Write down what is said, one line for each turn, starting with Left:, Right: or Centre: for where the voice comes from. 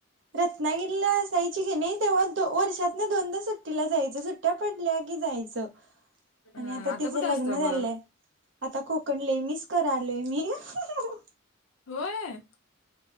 Right: रत्नागिरी ला जाायची की नाही. तेव्हा वर्षात ना दोनदा सुट्टीला जायच सुट्ट्या पडल्या की जायचं.
Left: अं,
Right: आता तिच
Left: कुठे असतं
Right: लग्न झाले
Left: मग
Right: आता कोकण ले मिच कराड, ले मी हा हा
Left: होय?